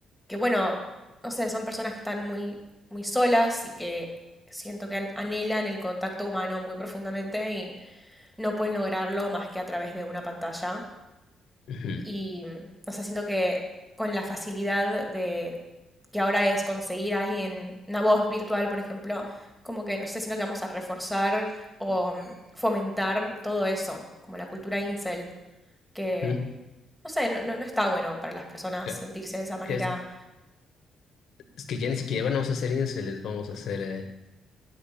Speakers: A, in the centre; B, on the left (about 70°).
A: que bueno, no sé, son personas que están muy, muy solas y que siento que an- anhelan el contacto humano muy profundamente y no pueden lograrlo más que a través de una pantalla.
B: Ujú,
A: Y, o sea, siento que con la facilidad de que ahora es conseguir a alguien, una voz virtual, por ejemplo, como que, no sé, siento que vamos a reforzar o mm, fomentar todo eso, como la cultura incel, que,
B: ujú.
A: no sé, no, no, no está bueno para las personas
B: Que,
A: sentirse de esa manera.
B: que es, es que ya ni siquiera vamos a hacer se les vamos a hacer, eh,